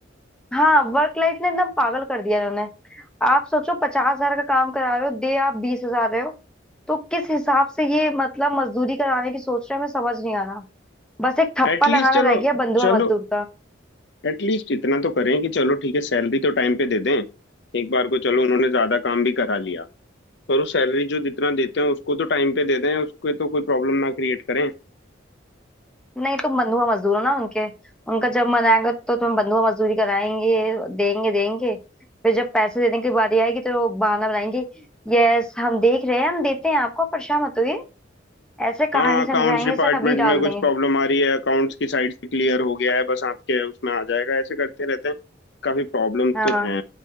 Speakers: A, in the centre; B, on the left.
A: हाँ वर्क लाइफ ने एकदम पागल कर दिया इन्होंने आप सोचो पचास हजार का काम करा रहे हो दे आप बीस हजार रहे हो तो किस हिसाब से ये मतलब मजदूरी कराने की सोच रहे हैं मैं समझ नहीं आ रहा बस एक ठप्पा
B: एटलीस्ट
A: लगाना
B: चलो
A: रह गया बंधुआ
B: चलो
A: मजदूर
B: एटलीस्ट इतना तो करें कि चलो ठीक है सैलरी तो टाइम पे दे दें एक बार को चलो उन्होंने ज्यादा काम भी करा लिया पर उस सैलरी जो जितना देते हैं उसको तो टाइम पे दे दें उसके तो कोई प्रॉब्लम ना क्रिएट करें
A: नहीं तुम बंधुआ मजदूर हो ना उनके उनका जब मन आएगा तो तुम्हें बंधुआ मजदूरी कराएंगे देंगे देंगे फिर जब पैसे देने की बारी आएगी तो वो बहाना बनाएंगे यस हम देख रहे हैं हम देते हैं आपको परेशान मत होइए ऐसे
B: हाँ
A: कहानी
B: अकाउंट्स
A: समझाएंगे
B: डिपार्टमेंट
A: सर अभी डाल
B: में कुछ
A: देंगे
B: प्रॉब्लम आ रही है अकाउंट्स की साइड से क्लियर हो गया है बस आपके उसमें आ जाएगा ऐसे करते रहते हैं काफी प्रॉब्लम
A: हाँ
B: तो हैं